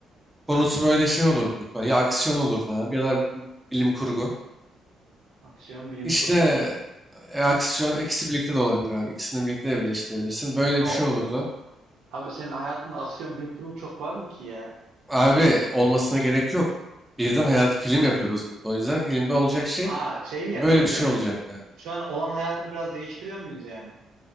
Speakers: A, in the centre; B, on the right.
A: Konusu böyle şey olurdu büyük ihtimalle. Ya aksiyon olurdu abi ya da bilim kurgu.
B: aksiyon bilim
A: İşte
B: kurgu.
A: e, aksiyon ikisi birlikte de olabilir abi. İkisini birlikte de birleştirebilirsin. Böyle
B: O
A: bir şey olurdu.
B: abi senin hayatında aksiyon bilim kurgu çok var mı ki ya?
A: Abi olmasına gerek yok. Birden hayat film yapıyoruz burada. O yüzden filmde olacak şey
B: Ha şey mi yapıyoruz
A: böyle bir şey
B: yani
A: olacak abi.
B: şu an olan hayatını biraz değiştiriyor muyuz yani?